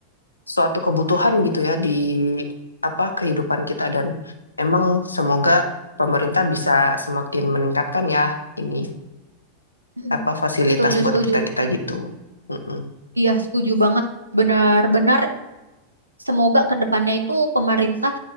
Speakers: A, on the left (about 85°); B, on the right (about 85°).
A: suatu kebutuhan gitu ya di apa kehidupan kita dan emang semoga pemerintah bisa semakin meningkatkan ya ini
B: Mm-mm.
A: apa fasilitas
B: Setuju,
A: buat
B: setuju.
A: kita kita gitu Mm-mm.
B: Iya, setuju banget. Benar-benar semoga ke depannya itu pemerintah